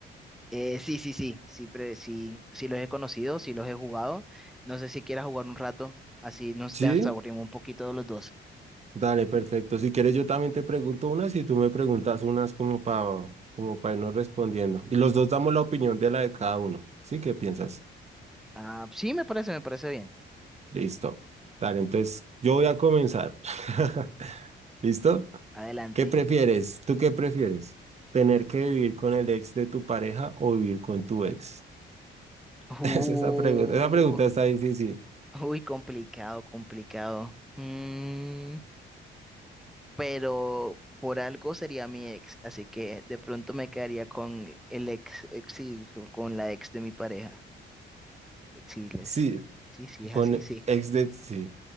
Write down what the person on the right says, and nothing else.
Sí,
dale, perfecto. Si quieres, yo también te pregunto unas y tú me preguntas unas como para como para irnos respondiendo. Y los dos damos la opinión de la de cada uno. ¿Sí? ¿Qué piensas?
Listo. Dale, entonces yo voy a comenzar. <laughs> ¿Listo?
¿Qué prefieres? ¿Tú qué prefieres? ¿Tener que vivir con el ex de tu pareja o vivir con tu ex?
<laughs> Es esa pregunta. Esa pregunta está difícil.
Sí,
con
ex de... Sí.